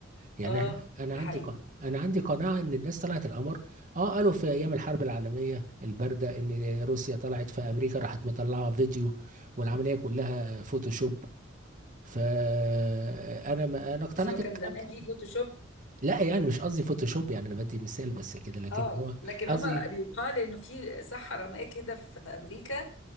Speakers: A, on the right; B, on the left.
A: يعني
B: <laughs> اه
A: احنا انا
B: ده
A: عندي
B: حقيقي
A: ق- انا عندي قناعه ان الناس طلعت القمر اه قالوا في ايام الحرب العالميه البارده ان روسيا طلعت في امريكا راحت مطلعه فيديو والعمليه كلها فوتوشوب فانا ما انا اقتنعت
B: بس هو كان
A: بالكلام
B: زمان في
A: ده
B: فوتوشوب
A: لا يعني مش قصدي فوتوشوب يعني انا بدي مثال بس كده لكن
B: اه
A: هو
B: لكن
A: قصدي
B: هما بيقال انه في صحراء ما كده في امريكا